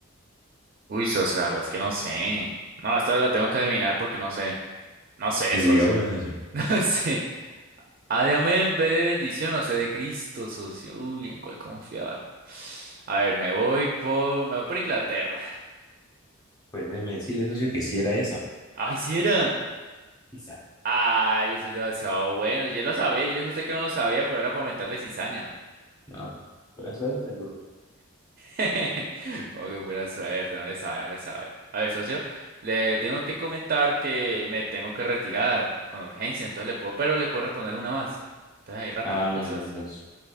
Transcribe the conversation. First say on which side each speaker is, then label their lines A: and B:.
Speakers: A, on the right; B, on the left.
A: Uy, socio, la verdad es que no sé. No, esta la tengo que adivinar porque no sé. No sé,
B: Pues
A: socio.
B: diga una, socio.
A: <laughs> No sé. A de amén en de bendición, o sea de Cristo, socio. Uy, ¿en cuál confiar? A ver, me voy por, me voy por Inglaterra.
B: Pues déjeme decirle, socio, que sí era esa.
A: Ay, si era.
B: Quizá.
A: Ay, yo soy demasiado bueno. Yo lo sabía, yo le dije a usted que no lo sabía, pero era para meterle cizaña.
B: No, por eso es seguro.
A: <laughs> Oh, qué pura suerte, no le sabe, no le sabe. A ver, socio, le tengo que comentar que me tengo que retirar con urgencia, entonces le puedo, pero le puedo responder una más. Entonces ahí rapidito,
B: Ah, bueno,
A: socio.
B: socio.